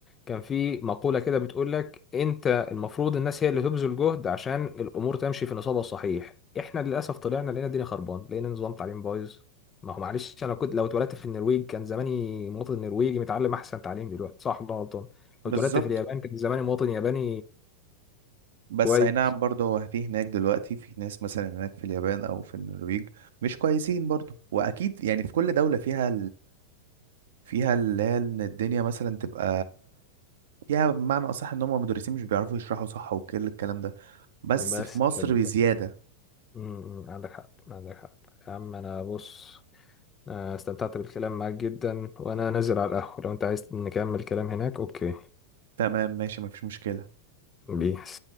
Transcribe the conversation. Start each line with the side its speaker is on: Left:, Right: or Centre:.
Left: كان في مقوله كده بتقول لك انت المفروض الناس هي اللي تبذل جهد عشان الامور تمشي في نصابها الصحيح احنا للاسف طلعنا لقينا الدنيا خربان لقينا نظام تعليم بايظ ما هو معلش انا كنت لو اتولدت في النرويج كان زماني مواطن نرويجي متعلم احسن تعليم دلوقتي صح ولا أنا غلطان
Right: بالظبط
Left: لو اتولدت في اليابان كان زماني مواطن ياباني
Right: بس
Left: كويس
Right: اي نعم برضه هو في هناك دلوقتي في ناس مثلا هناك في اليابان او في النرويج مش كويسين برضه واكيد يعني في كل دولة فيها فيها اللي هي ان الدنيا مثلا تبقى فيها بمعنى اصح ان هم المدرسين مش بيعرفوا يشرحوا صح وكل الكلام ده بس
Left: بس
Right: في مصر
Left: كده.
Right: بزيادة
Left: امم عندك حق عندك حق يا عم انا بص أنا استمتعت بالكلام معاك جدا وانا نازل على القهوة لو انت عايز نكمل كلام هناك اوكي
Right: تمام ماشي مفيش مشكلة
Left: بيس